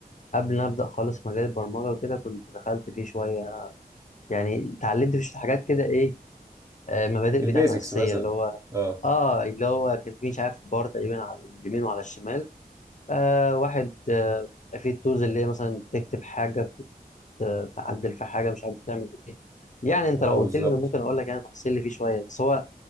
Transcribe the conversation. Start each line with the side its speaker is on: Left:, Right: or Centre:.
Left: قبل ما ابدا خالص مجال البرمجه وكده كنت دخلت فيه شويه يعني اتعلمت فيه شوية حاجات كده ايه آه مبادئ
Right: البيزكس
Left: بتاعته اساسيه
Right: مثلا
Left: اللي هو
Right: اه
Left: اه اللي هو كان فيه مش عارف بار تقريبا على اليمين وعلى الشمال آه واحد آه في التولز اللي هي مثلا تكتب حاجه ت- تعدل في حاجه مش عارف بتعمل ايه يعني انت
Right: اه
Left: لو
Right: بالظبط
Left: قلت لي انا ممكن اقول لك يعني تفاصيل اللي فيه شويه بس هو